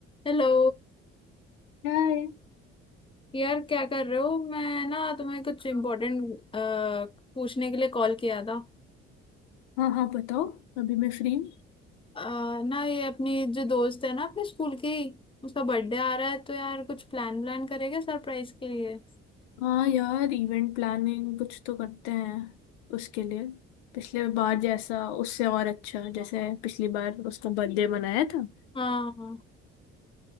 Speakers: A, on the left; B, on the left.
A: Hello
B: यार
A: यार क्या कर रहे हो मैं ना तुम्हें कुछ इम्पोर्टेंट पूछने के लिए कॉल किया था
B: हाँ हाँ बताओ अभी मैं फ्री हूँ।
A: अ, ना ये अपनी जो दोस्त है ना अपने स्कूल की उसका बर्थडे आ रहा है तो यार कुछ प्लान प्लान करेगा सरप्राइज के लिए
B: हाँ यार इवेंट प्लानिंग कुछ तो करते हैं उसके लिए पिछले बार जैसा उससे और अच्छा जैसे पिछली बार उसका बर्थडे मनाया था
A: हाँ हाँ,